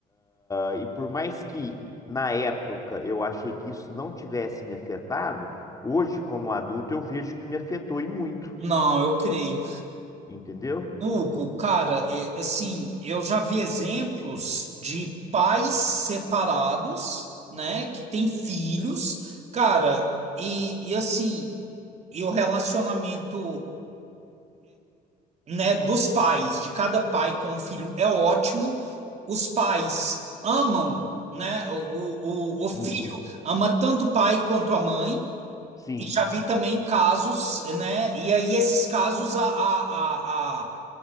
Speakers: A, on the left; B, on the right.
A: Ah, E por mais que na época eu achei que isso não tivesse me afetado, hoje, como adulto, eu vejo que me afetou e muito,
B: Não, eu creio.
A: entendeu?
B: Hugo, cara, é, assim, eu já vi exemplos de pais separados, né, que têm filhos, cara, e, e assim, e o relacionamento, né, dos pais, de cada pai com o filho é ótimo. Os pais amam, né, o, o, o o filho
A: Uhum,
B: ama tanto o pai quanto a mãe,
A: sim,
B: e já vi também casos, né, e aí esses casos a, a, a,